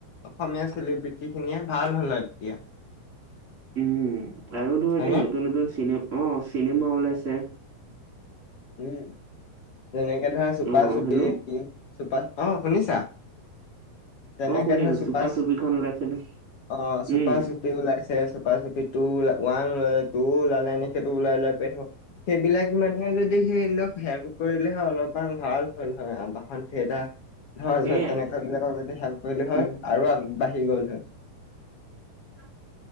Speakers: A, on the left; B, on the right.
A: অসমীয়া চেলিব্ৰিটিখিনিয়ে ভাল হ'ল হয় তেতিয়া।
B: উম আৰু ধৰ
A: হয়নে
B: এতিয়া নতুন নতুন চিনে অ চিনেমা ওলাইছে।
A: উম যেনেকে ধৰা চুপা
B: অ
A: চুপি,
B: হেল্ল'
A: চুপা অ' শুনিছা? তেনেকে
B: অ শুনি
A: ধৰ
B: আছো
A: চুপাচ
B: চুপা চুপিখন ওলাইছিলো
A: অ চুপা
B: উম
A: চু পি ওলাইছে, চুপা চুপি টো উলা ওৱান ওলালে, টু ওলালে এনেক টো ওলাই ওলায়ে <unintelligible> সেইবিলাক মানুহে যদি সেই ইহতক হেল্প কৰিলে হয় অলপমান ভাল হ'ল হয় আবাহন থিয়েটাৰ ধৰ
B: সেয়াই
A: ধৰ তেনেকুৱাবিলাকক যদি হেল্প কৰিলে হয়
B: উম,
A: আৰু আগবাঢ়ি গ'ল হয়।
B: <inaudible>